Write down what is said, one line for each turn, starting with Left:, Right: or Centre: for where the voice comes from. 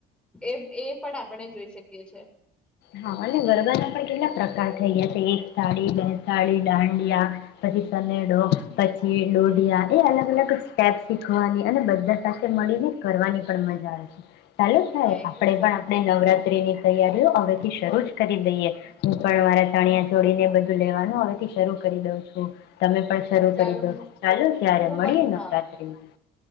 Centre: એમ એ પણ આપણને જોઈ શકીએ છે.
Left: હા અને ગરવાના પણ કેટલા પ્રકાર થઈ ગયા છે. એક તાળી બે તાળી દાંડિયા પછી સનેડો પછી ડોઢિયા એ અલગ અલગ સ્ટેપ શીખવાની અને બધા સાથે મળીને કરવાની પણ મજા આવે છે. ચાલુ થાય
Centre: હા એકદમ
Left: આપડે
Centre: સાથે
Left: પણ આપણે નવરાત્રિ ની તૈયારીઓ હવે શરૂ જ કરી દઈએ હું પણ મારા ચણિયા ચોડીને એ બધું લેવાનું હોયથી શરૂ કરી દઉં છું. તમે પણ શરૂ
Centre: હા ચાલો
Left: કરી દો ચાલુ જ્યારે
Centre: હું
Left: મળીએ
Centre: પણ હા
Left: નવરાત્રિમાં